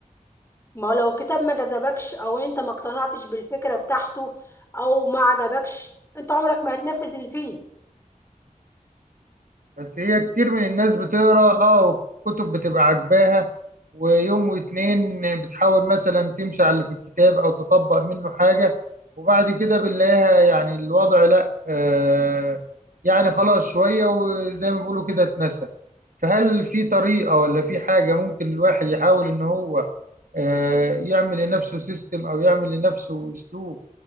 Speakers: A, on the left (about 20°); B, on the right (about 80°).
A: ما هو لو الكتاب ما جذبكش او انت ما اقتنعتش بالفكره بتاعته او ما عجبكش انت عمرك ما هتنفذ اللي فيه
B: بس هي كتير من الناس بتقرا اه كتب بتبقى عاجباها ويوم واتنين بتحاول مثلا تمشي على اللي في الكتاب او تطبق منه حاجه وبعد كده بنلاقيها يعني الوضع لا آه يعني خلاص شويه وزي ما بيقولوا كده اتنسى فهل في طريقه ولا في حاجه ممكن الواحد يحاول ان هو آه، يعمل لنفسه سيستم او يعمل لنفسه اسلوب